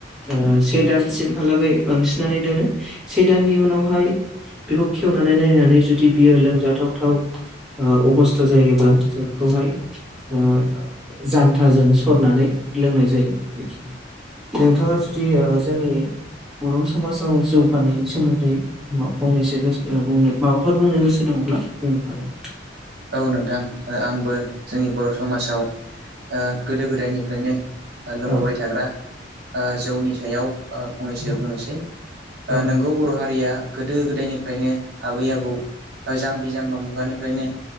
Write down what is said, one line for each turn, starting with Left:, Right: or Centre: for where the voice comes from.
Centre: ओ से दान सिमहालागै बांसिननानै दोनो से दाननि उनावहाय बेखौ खेवनानै नायनानै जुदि बियो लोंजाथाव थाव अबस्था जायोब्ला जों बिखौहाय ओ जान्थाजों सरनानै लोंनाय जायो आरोखि नोंथाङा जुदि ओ जोंनि बर' समाजाव जौगानायनि सोमोन्दै फंनैसो गोसो ओ बुंनो माबाफोर बुंनो गोसो दङब्ला बुंनो हागोन
Right: औ नोंथां आंबो जोंनि बर' समाजाव ओ गोदो गोदायनिफ्रायनो लोंबोबाय
Centre: औ
Right: थाग्रा ओ जौनि सायाव ओ फंनैसो
Centre: औ
Right: बुंनोसै‌‌ ओ
Centre: औ
Right: नोंगौ बर' हारिया गोदो गोदायनिफ्रायनो आबै आबौ बा जाम्बि जाम्बिा मुगानिफ्रायनो